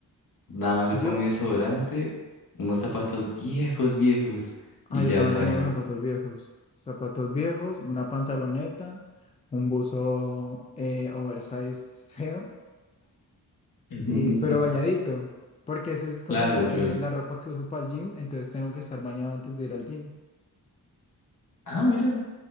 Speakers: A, on the left (about 55°); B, on the left (about 20°).
A: Nada más me
B: yo
A: pongo mi desodorante, unos zapatos viejos, viejos,
B: Ah,
A: y
B: yo
A: ya
B: también
A: salgo.
B: pongo los zapatos viejos. Zapatos viejos, una pantaloneta, un buzo eh, oversize feo,
A: <laughs>
B: y, pero bañadito, porque esa es como
A: Claro, claro.
B: eh, la ropa que uso para el gym, entonces tengo que estar bañado antes de ir al gym.
A: Ah, mira,